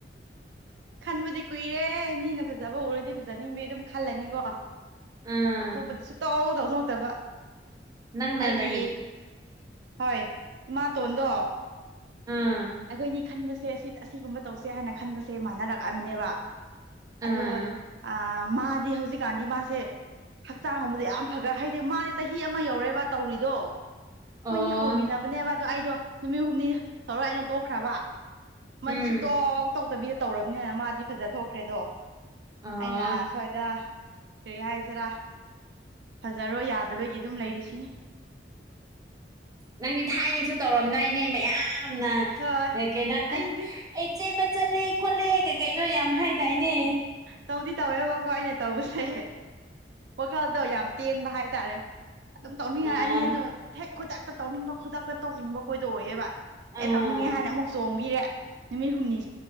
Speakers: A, on the right (about 75°); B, on the right (about 20°).
A: ꯈꯟꯕꯗꯤ ꯀꯨꯏꯔꯦ ꯃꯤꯅ ꯐꯖꯩ ꯐꯖꯕ ꯎꯔꯗꯤ ꯐꯖꯅꯤꯡꯕ ꯑꯗꯨꯝ ꯈꯜꯂꯅꯤꯀꯣ
B: ꯎꯝ
A: ꯇꯧꯊꯣꯛꯄꯗꯤ ꯁꯨꯇꯧ ꯇꯧꯊꯣꯛꯇꯕ
B: ꯅꯪ ꯅꯔꯦ
A: ꯑꯩꯒꯤ ꯍꯣꯏ ꯏꯃꯥꯇꯣꯟꯗꯣ
B: ꯑꯥ
A: ꯑꯩꯈꯣꯏ ꯈꯟꯕꯁꯦ ꯁꯤ ꯑꯁꯤꯒꯨꯝꯕ ꯇꯧꯁꯦ ꯍꯥꯏꯅ ꯈꯟꯕꯁꯦ ꯃꯥꯟꯅꯔꯛꯑꯕꯅꯦꯕ ꯑꯗꯣ
B: ꯑꯥ
A: ꯑ ꯃꯥꯗꯤ ꯍꯧꯖꯤꯛꯀꯥꯟꯗꯤ ꯃꯥꯁꯦ ꯍꯛꯆꯥꯡꯒꯨꯝꯕꯗ ꯌꯥꯝ ꯐꯒ ꯍꯥꯏꯗꯤ ꯃꯥꯗꯤ ꯆꯍꯤ ꯑꯃ ꯌꯧꯔꯦꯕ ꯇꯧꯔꯤꯗꯣ ꯑꯩꯈꯣꯏꯅꯤ
B: ꯑꯣ
A: ꯍꯧꯃꯤꯟꯅꯕꯅꯦꯕ ꯑꯗꯣ ꯑꯩꯗꯣ ꯅꯨꯃꯤꯠ ꯍꯨꯝꯅꯤ ꯇꯧꯔ ꯑꯩꯅ ꯇꯣꯛꯈ꯭ꯔꯕ ꯃꯥ
B: ꯎꯝ
A: ꯁꯨꯛꯇꯣꯛ ꯇꯧꯇꯕꯤꯗ ꯇꯧꯔꯕꯅꯤꯅ ꯃꯥꯗꯤ ꯐꯖ ꯊꯣꯛꯈ꯭ꯔꯦꯗꯣ
B: ꯑꯣ
A: ꯑꯩꯅ ꯁ꯭ꯋꯥꯏꯗ ꯀꯔꯤ ꯍꯥꯏꯁꯤꯔꯥ ꯐꯖꯔꯣꯏ ꯌꯥꯗꯕꯒꯤ ꯑꯗꯨꯝ ꯂꯩꯔꯤꯁꯤꯅꯦ
B: ꯅꯪꯗꯤ ꯊꯥꯏꯅꯁꯨ ꯇꯧꯔꯝꯗꯥꯏꯅꯦ ꯃꯌꯥꯝ ꯌꯥꯝꯝ
A: ꯍꯣꯏ
B: ꯀꯦ ꯅ
A: ꯑꯩꯗꯤ
B: ꯑꯩ ꯆꯠꯂꯦ ꯈꯣꯠꯂꯦ ꯀꯩ ꯀꯩꯅꯣ ꯌꯥꯝ ꯍꯥꯏꯗꯥꯏꯅꯦ
A: ꯇꯧꯗꯤ ꯇꯧꯋꯦꯕꯀꯣ ꯑꯩꯅ ꯇꯧꯕꯁꯦ ꯋꯥꯈꯜꯗꯣ ꯌꯥꯝ ꯇꯦꯟꯕ ꯍꯥꯏꯇꯥꯔꯦ ꯑꯗꯨꯝ ꯇꯧꯅꯤꯡꯉꯛꯑꯅꯤ
B: ꯑꯥ
A: ꯑꯗꯣ ꯍꯦꯛ ꯈꯨꯗꯛꯇ ꯇꯧꯅꯤꯡꯕ ꯈꯨꯗꯛꯇ ꯇꯧꯅꯤꯡꯕ ꯈꯣꯏꯗ ꯑꯣꯏꯑꯕ
B: ꯑꯥ
A: ꯑꯦ ꯇꯧꯅꯤꯡꯉꯦ ꯍꯥꯏꯅ ꯑꯃꯨꯛ ꯆꯣꯡꯕꯤꯔꯦ ꯅꯨꯃꯤꯠ ꯍꯨꯝꯅꯤ